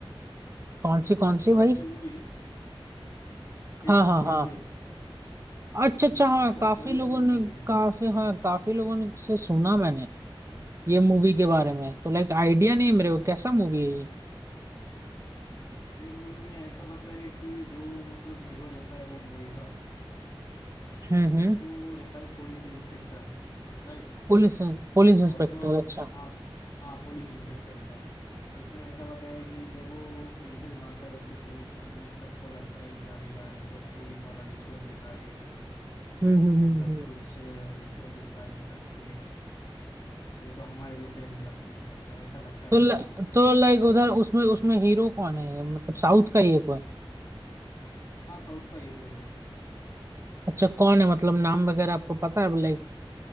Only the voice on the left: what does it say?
साउथ
की मूवी हिट
थर्ड
केस
बहुत
बढ़िया
मूवी
है
ये मूवी में ऐसा बताया है कि जो मतलब हीरो रहता है वो मूवी का
उसको रहता है पुलिस इंस्पेक्टर राइट
और तो और
हाँ हाँ पुलिस इंस्पेक्टर होता है उसमें ऐसा बताया है कि जब वो एंट्री मारता है उसके पुलिस स्टेशन में सबको लगता है कि अरे यार ये तो पुलिस वाला रिश्वत लेता है
मतलब
कुछ अ, रिश्वत लेता है सबसे ये तो हमारे जैसा ही निकला पुलिस ऑफिसर ऐसा लगता है
सबको
हाँ साउथ का हीरो है वो